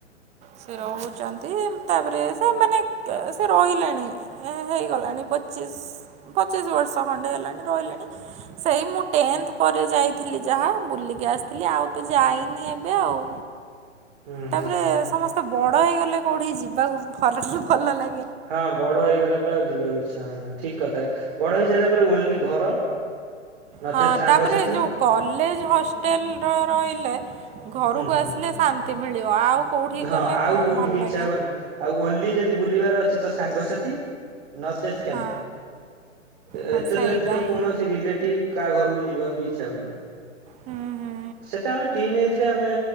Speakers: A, on the right; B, on the right.
A: ସେ ରହୁଛନ୍ତି ତାପରେ ସେମାନେ ସେ ରହିଲେଣି। ଏ ହେଇଗଲାଣି ପଚିଶ ପଚିଶ ବର୍ଷ ଖଣ୍ଡେ ହେଲାଣି ରହିଲେଣି। ସେଇ ମୁଁ ଟେନ୍ଥ ପରେ ଯାଇଥିଲି ଯାହା ବୁଲିକି ଆସିଥିଲି ଆଉ ତ ଯାଇନି ଏବେ ଆଉ।
B: ହୁଁ
A: ତାପରେ
B: ହୁଁ।
A: ସମସ୍ତେ ବଡ଼ ହେଇଗଲେ କଉଠିକି ଯିବାକୁ ଭଲ ଭଲ ଲାଗେ
B: ହଁ ବଡ ହେଇଗଲା ପରେ ଆଉ ଯିବାକୁ ଇଛା ହୁଏନି ଠିକ କଥା ବଡ ହେଇସାଇଲା ପରେ ଓନ୍ଲି ଘର ନଚେତ୍
A: ହଁ
B: ସାଙ୍ଗସାଥି।
A: ତାପରେ ଯୋଉ କଲେଜ ହଷ୍ଟେଲର ରହିଲେ ଘରକୁ
B: ହୁଁ ହୁଁ
A: ଆସିଲେ ଶାନ୍ତି ମିଳିବ ଆଉ କୋଉଠିକି
B: ହଁ
A: ଗଲେ
B: ଆଉ
A: କଣ
B: କୋଉଠିକି
A: ଭଲ
B: ଇଚ୍ଛା
A: ଲାଗେ।
B: ହବନି। ଆଉ ଓନ୍ଲି ଯଦି ବୁଲିବାର ଅଛି ତ ସାଙ୍ଗସାଥି ନଚେତ୍
A: ହଁ।
B: ଏତେତ
A: ହଁ ସେଇଟା
B: ବ୍ୟତୀତ
A: ହିଁ
B: କୌଣସି ରିଲେଟିଭ କାହା ଘରକୁ ଯିବାକୁ ବି ଇଚ୍ଛା ହୁଏନି।
A: ହୁଁ ହୁଁ
B: ସେଟା ଆମେ ଟିନ ଏଜରେ ଆମେ